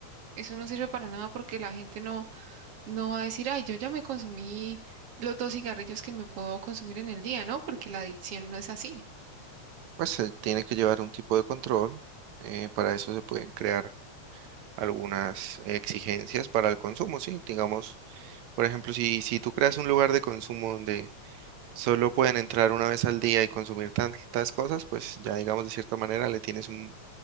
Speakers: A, on the right; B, on the right.
A: Eso no sirve para nada porque la gente no, no va a decir, ay, yo ya me consumí los dos cigarrillos que me puedo consumir en el día, ¿no? Porque la adicción no es así.
B: Pues se tiene que llevar un tipo de control, eh, para eso se pueden crear algunas exigencias para el consumo, sí. Digamos, por ejemplo, si, si tú creas un lugar de consumo donde solo pueden entrar una vez al día y consumir tantas cosas, pues ya digamos de cierta manera le tienes un